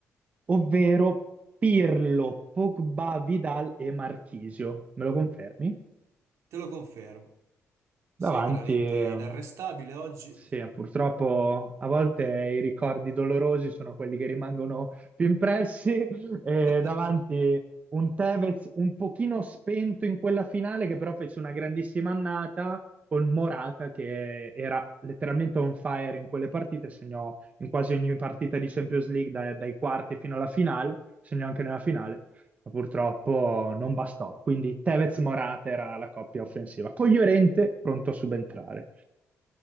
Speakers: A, on the right (about 30°); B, on the right (about 75°).
A: ovvero Pirlo, Pogba, Vidal e Marchisio. Me lo confermi?
B: Te lo confermo.
A: davanti
B: Sei veramente
A: e
B: inarrestabile oggi.
A: sì, eh, purtroppo a volte i ricordi dolorosi sono quelli che rimangono più impressi <laughs> e
B: <laughs>
A: davanti un Tevez un pochino spento in quella finale che però fece una grandissima annata con Morata che era letteralmente on fire in quelle partite, segnò in quasi ogni partita di Champions League da- dai quarti fino alla finale, segnò anche nella finale, ma purtroppo non bastò. Quindi Tevez-Morata era la coppia offensiva, con Llorente pronto a subentrare.